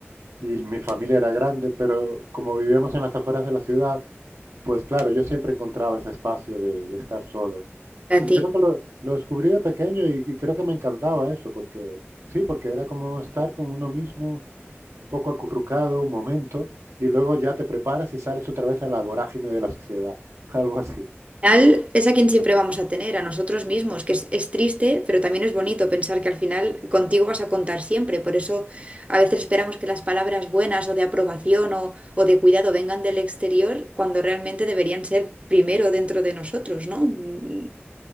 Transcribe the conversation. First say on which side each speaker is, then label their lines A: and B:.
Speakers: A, on the right; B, on the right.
A: y mi familia era grande, pero como vivíamos en las afueras de la ciudad, pues claro, yo siempre encontraba ese espacio de, de estar solo.
B: a
A: Y
B: ti.
A: creo que lo, lo descubrí de pequeño y, y creo que me encantaba eso, porque sí, porque era como estar con uno mismo un poco acurrucado un momento y luego ya te preparas y sales otra vez a la vorágine de la sociedad, <laughs> algo así.
B: final es a quien siempre vamos a tener, a nosotros mismos, que es, es triste, pero también es bonito pensar que al final contigo vas a contar siempre. Por eso a veces esperamos que las palabras buenas o de aprobación o, o de cuidado vengan del exterior cuando realmente deberían ser primero dentro de nosotros, ¿no? Mm,